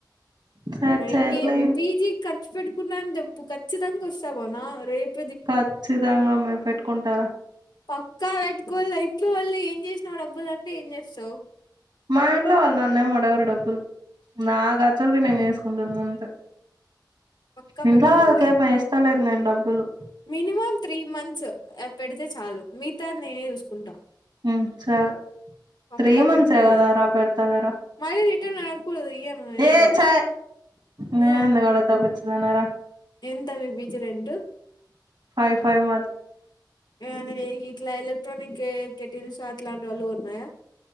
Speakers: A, on the right; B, on the left.
A: సరే
B: మరి
A: చేయిలే
B: ఇంకేమి పీజీ ఖర్చు పెట్టుకున్నాని చెప్పు ఖచ్చితంగా వస్తా పోనా రేపు
A: ఖచ్చితంగా మేము పెట్టుకుంటారా
B: పక్కా పెట్టుకుళ్ళ ఇంట్లో వాళ్ళు ఏం చేసినావు డబ్బులుంటే ఏం చేస్తావు
A: మా ఇంట్లో వాళ్ళు నన్నేం అడగరు డబ్బులు నా ఖర్చులకి నేను చేసుకుంటుంది అంతే
B: పక్కా
A: ఇంట్లో
B: పెట్టుకోవాల
A: వాళ్ళకేపా ఇస్తలేదు నేను డబ్బులు
B: మినిమం త్రీ మంత్స్ పెడితే చాలు మిగతా నేనే చూసుకుంటా
A: ఉమ్ సరే
B: పక్కా
A: త్రీ మంత్సే
B: పెట్టాల
A: కదా రా పెడతనేరా
B: మళ్ళీ రిటర్న్ అడగకూడదు ఇయ్యను ఏమి
A: ఏ చ నేను
B: ఆ
A: ఎందుకు అడుగుతా పిచ్చిదన రా
B: ఎంత మీ పీజీ రెంట్టు
A: ఫైవ్ ఫైవ్ మాది
B: ఆ ఇట్లా ఎలక్ట్రానిక్ కెటిల్స్ అలాంటి వాళ్ళు అల్లో ఉన్నాయా